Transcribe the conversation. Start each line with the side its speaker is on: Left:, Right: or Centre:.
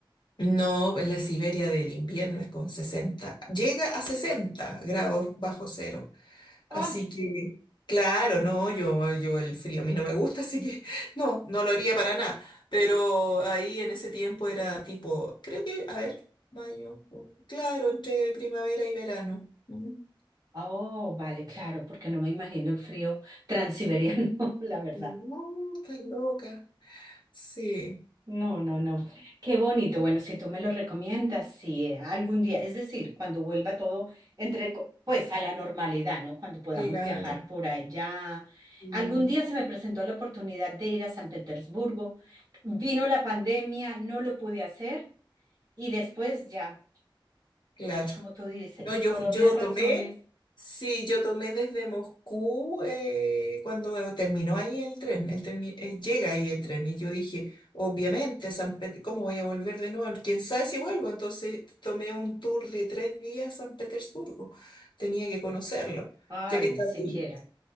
Left: no, en la Siberia del invierno es con sesenta llega a 60 grados bajo cero.
Right: Ay,
Left: Así que, claro, no, yo, yo el frío a mí no me gusta, así que <laughs> no, no lo haría para nada. Pero ahí en ese tiempo era tipo, creo que, a ver, mayo, junio, claro, entre primavera y verano. Ujú.
Right: oh, vale, claro, porque no me imagino el frío transiberiano, <laughs> la verdad.
Left: No, estás loca. Sí,
Right: No, no, no. Qué bonito. Bueno, si tú me lo recomiendas, sí, eh, algún día, es decir, cuando vuelva todo entre, co- pues a la normalidad, ¿no? Cuando podamos
Left: claro,
Right: viajar por allá.
Left: Mm.
Right: Algún día se me presentó la oportunidad de ir a San Petersburgo. Vino la pandemia, no lo pude hacer y después ya,
Left: claro.
Right: como tú dices,
Left: No, yo,
Right: por obvias
Left: yo
Right: razones,
Left: tomé, sí, yo tomé desde Moscú eh, cuando terminó ahí el tren, el termi- eh, llega ahí el tren y yo dije, obviamente, San Pet- ¿cómo voy a volver de nuevo? ¿Quién sabe si vuelvo? Entonces tomé un tour de tres días a San Petersburgo, tenía que conocerlo,
Right: ay,
Left: ya que estaba
Right: siquiera.
Left: ahí.